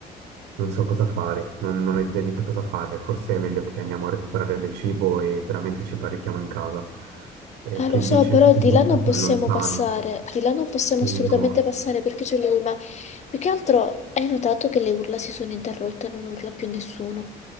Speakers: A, on the right; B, on the left.
A: Non so cosa fare, non, non ho idea di che cosa fare. Forse è meglio che andiamo a recuperare del cibo e veramente ci barrichiamo in casa. Eh,
B: Ah,
A: che
B: lo so,
A: dice?
B: però
A: Secondo
B: di là non possiamo
A: me è lontano.
B: passare, di là non possiamo assolutamente
A: E no.
B: passare perché c'è lui, ma più che altro hai notato che le urla si sono interrotte e non urla più nessuno.